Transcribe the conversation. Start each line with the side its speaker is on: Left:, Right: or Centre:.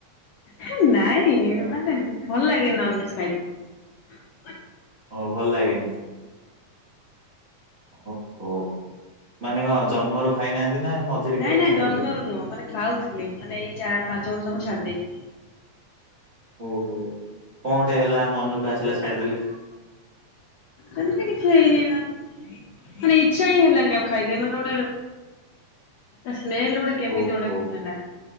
Left: ହେ ନାଇଁ ମାନେ ଭଲ ଲାଗେନି ନନଭେଜ୍ ଖାଇତେ।
Right: ଓ ଭଲ ଲାଗେନି? ଓହୋ ମାନେ କଣ ଜନ୍ମରୁ ଖାଇନାହାନ୍ତି। ନା ମଝିରେ
Left: ନାଇଁ
Right: କେବେ
Left: ନାଇଁ
Right: ଛାଡିଦେଲେ?
Left: ଜନ୍ମରୁ ନୁହଁ ମାନେ ଖାଉଥିଲି ମାନେ ଏଇ ଚା ପାଞ୍ଚ ବର୍ଷ ହବ ଛାଡିଦେଇଚି।
Right: ଓହୋ କଣଟେ ହେଲା ମନକୁ ଆସିଲା ଛାଡିଦେଲେ।
Left: ସେମତି କିଛି ହେଇନି ବାସ୍ ମାନେ ଇଛା ହିଁ ହେଲାନି ଆଉ ଖାଇତେ ମାନେ ଗୋଟେ ତା ସ୍ମେଲ ଗୋଟେ କେମିତି
Right: ଓହୋ
Left: ଗୋଟେ ହେଲା